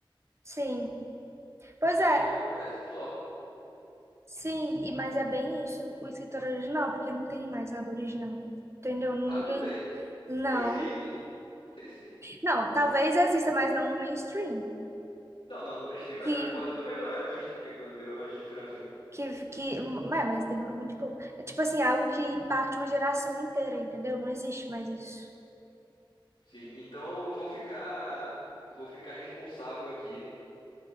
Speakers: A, on the right; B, on the left.
A: sim. Pois
B: Aí
A: é,
B: o que acontece? Flopa.
A: sim, e mas é bem isso, o escritor original, porque não tem mais nada original, entendeu? Ninguém.
B: Claro que tem.
A: Não.
B: Tem sim. <laughs> Tem sim.
A: Não, talvez exista, mas não no mainstream.
B: Não, não, no mainstream, mas
A: que
B: Harry Potter também não era mainstream quando virou, antes de virar filme.
A: que, que mas, mas demorou muito pouco. É Tipo assim, algo que impacte uma geração inteira, entendeu? Não existe mais isso.
B: Sim, então eu vou ficar, eu vou ficar responsável aqui